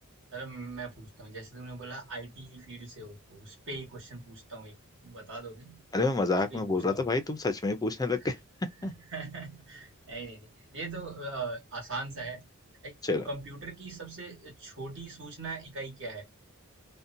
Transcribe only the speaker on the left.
अरे मैं
मजाक
में बोल
रहा
था भाई तुम सच में ही पूछने
लग गए
<laughs> चलो